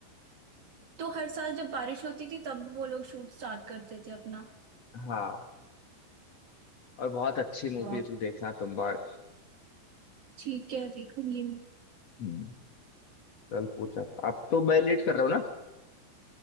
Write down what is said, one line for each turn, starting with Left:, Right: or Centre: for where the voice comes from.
Right: तो हर साल जब बारिश होती थी तब वो लोग शूट स्टार्ट करते थे अपना
Left: हाँ और बहुत अच्छी मूवी
Right: वाह
Left: है तू देखना तुम्बाड़
Right: ठीक है देखूंगी मैं
Left: हम्म, चल पूछा अब तो मैं लेट कर रहा हूँ ना